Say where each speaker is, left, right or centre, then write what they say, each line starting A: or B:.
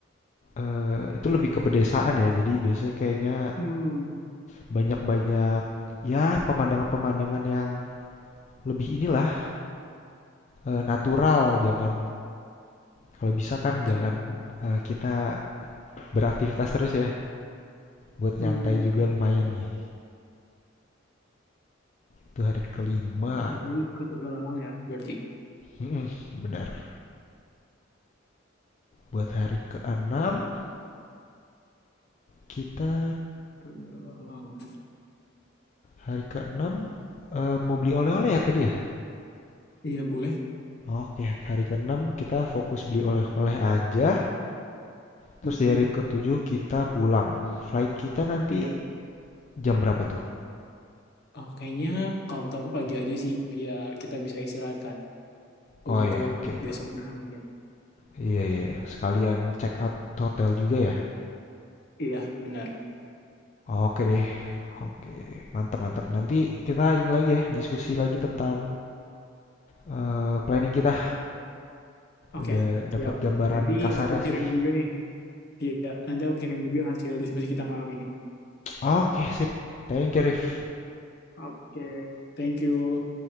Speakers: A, on the left; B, on the left.
A: eh, itu lebih ke pedesaan ya jadi biasanya kayaknya
B: Hmm,
A: banyak-banyak ya pemandangan-pemandangan yang lebih inilah eh, natural jangan kalau bisa kan
B: oke.
A: jangan eh, kita beraktivitas terus ya buat
B: Hmm,
A: nyantai juga lumayan nih itu hari kelima
B: oke tadi ke Tegalalang ya. Berarti
A: mm benar buat hari keenam kita
B: Tegalalang.
A: hari keenam eh, mau beli oleh-oleh ya tadi ya
B: Iya boleh.
A: Oke, hari keenam kita fokus beli oleh-oleh aja. Terus
B: Hmm,
A: di hari ketujuh kita pulang. Flight kita nanti
B: iya.
A: jam berapa tuh?
B: Oh, kayaknya kalau menurut aku pagi aja sih, biar kita bisa istirahat kan
A: Oh
B: untuk
A: ya, oke benar-benar.
B: besoknya mungkin.
A: Iya iya, sekalian check out hotel juga ya.
B: Iya, benar.
A: Oke deh. Oke, mantap mantap. Nanti kita ini lagi ya, diskusi lagi tentang eh, planning kita.
B: Oke,
A: Udah
B: siap.
A: dapat gambaran
B: Nanti
A: kasarnya
B: aku kirim
A: sih.
B: juga nih. Iya, nanti aku kirim juga hasil diskusi kita malam ini.
A: Oke, sip. Thank you, Rif.
B: Oke, thank you.